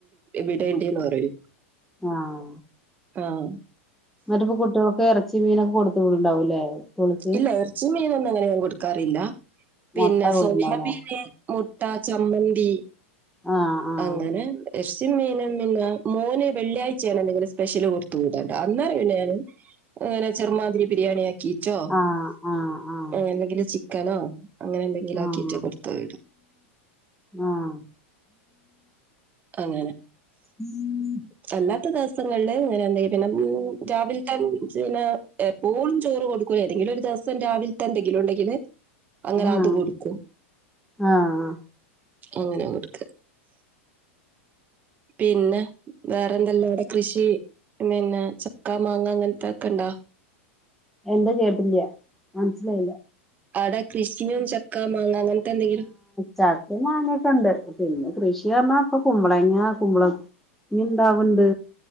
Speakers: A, on the right; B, in the centre.
A: വിടേണ്ടിന്ന് പറയും
B: ആഹ്
A: ആഹ്
B: എന്നിട്ടിപ്പ കുട്ടികൾക്ക് എറച്ചി മീനൊക്കെ കൊടുത്ത് വിടുണ്ടാവൂല്ലേ സ്കൂളിക്ക്
A: ഇല്ല എറചീമ് മീനൊന്നും അങ്ങനെ കൊടുക്കാറില്ല പിന്നെ
B: മുട്ട കൊടുക്കണ്ടാവൂലേ
A: സോയാബീന് മു ട്ട, ചമ്മന്തി
B: ആഹ് ആഹ്
A: അങ്ങനെ സ്പെഷ്യൽ മീനും പിന്നെ മോന് വെള്ളിയാഴ്ച്ചയാണ് എന്തെങ്കിലും സ്പെഷ്യല് കൊടു ത്ത് വിടേണ്ട അന്നേരം പിന്നെ ഞാന് അങ്ങനെ ചെർ്മാതിരി ബിരിയാണി ആ റ്റോ
B: ആഹ് ആഹ്
A: എന്തെങ്കിലും ചിക്കനോ അങ്ങനെ എന്തെങ്കിലും ആക്കീറ്റോ
B: ആഹ്
A: കൊടുത്തുവിടും
B: ആഹ്
A: അങ്ങനെ
B: ഉം
A: അല്ലാത്ത ദെവസങ്ങളില് ഇങ്ങനെതന്നെ പിന്നെ രാവിലെത്ത പിന്നെ എപ്പോഴും ചോറ് കൊടുക്കൂ ല ഏതെങ്കിലും ഒരു ദിവസം രാവിലത്തെ എന്തെങ്കിലും ഉണ്ടെങ്കില് അങ്ങനെ
B: ആഹ്
A: അത്
B: ആഹ്
A: കൊടുക്കും
B: ആഹ്
A: അങ്ങന കൊടുക്ക പിന്നെ വേറെന്തെല്ലാവ്ടെ കൃഷി പിന്നെ ചക്ക മാങ്ങ അങ്ങനത്തേക്കെ ഉണ്ടോ
B: എന്താ കേട്ടില്ല മനസ്സിലായില്ല
A: അവിടെ കൃഷിയും ചക്കാ മാങ്ങ അങ്ങനത്തെ എന്തെങ്കിലും
B: ചക്കെ മാങ്ങെക്കൊണ്ട് പിന്നെ കൃഷി പറഞ്ഞാ ഇപ്പ കുമ്പളങ്ങ കുമ്പള ണ്ടാവണ്ട്